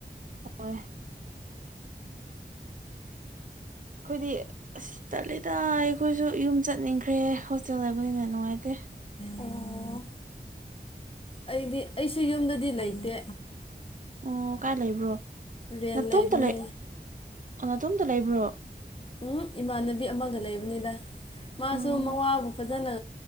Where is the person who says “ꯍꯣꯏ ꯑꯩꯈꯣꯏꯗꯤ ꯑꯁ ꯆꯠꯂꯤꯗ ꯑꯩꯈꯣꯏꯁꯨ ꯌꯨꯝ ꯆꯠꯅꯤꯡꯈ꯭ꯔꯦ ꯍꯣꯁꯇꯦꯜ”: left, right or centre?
Right